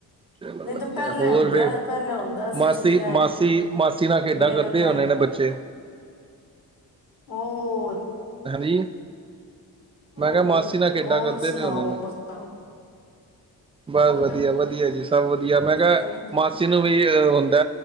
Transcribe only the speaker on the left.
ਨਹੀਂ
ਤਾਂ ਪਹਿਲੇ
ਹੁੰਦਿਆਂ
ਪਹਿਲੇ ਹੁੰਦਾ ਸੀ
ਛੁੱਟੀਆਂ
ਇੰਨੀਆਂ
ਇੰਨੀਆਂ
ਪੈ
ਹੋਰ
ਹੋਰ
ਹੋਰ
ਸੁਣਾਓ
ਹੋਰ ਸੁਣਾਓ
ਹੋਰ
ਲੱਗੇ ਰਹਿੰਦੇ